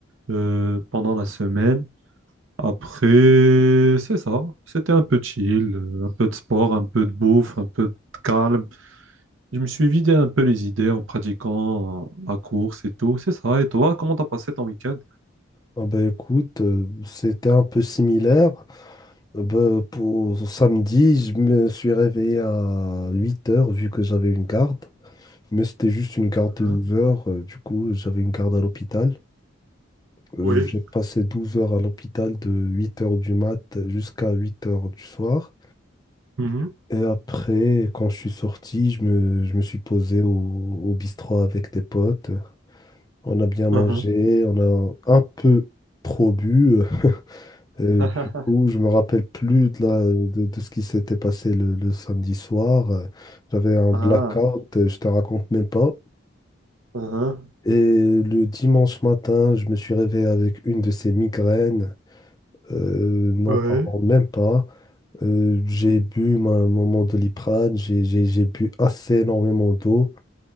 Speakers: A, on the right (about 80°); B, on the left (about 20°).
A: euh, pendant la semaine. Après, c'est ça, c'était un peu chill, euh, un peu de sport, un peu de bouffe, un peu de calme. Je me suis vidé un peu les idées en pratiquant euh, la course et tout, c'est ça. Et toi, comment t'as passé ton week-end?
B: Ah bah, écoute, euh, c'était un peu similaire. Euh, bah, pour samedi, je me suis réveillé à 8 heures vu que j'avais une garde. Mais c'était juste une garde
A: Hein
B: de 12 heures. euh, du coup, j'avais une garde à l'hôpital. Euh,
A: Oui.
B: j'ai passé 12 heures à l'hôpital de 8 heures du mat jusqu'à 8 heures du soir.
A: Mhm.
B: Et après, quand je suis sorti, je me, je me suis posé au, au bistrot avec des potes. On a bien mangé,
A: Mhm.
B: on a un peu trop bu. Euh,
A: <laughs>
B: du coup, je me rappelle plus de, la- de, de ce qui s'était passé le, le samedi soir. Euh, J'avais un
A: Ah,
B: blackout, euh, je te raconte même pas.
A: ah.
B: Et le dimanche matin, je me suis réveillé avec une de ces migraines. Euh, n'en
A: Ouais,
B: parlons même pas. Euh, j'ai bu ma, mon, mon doliprane, j'ai j'ai- j'ai bu assez énormément d'eau.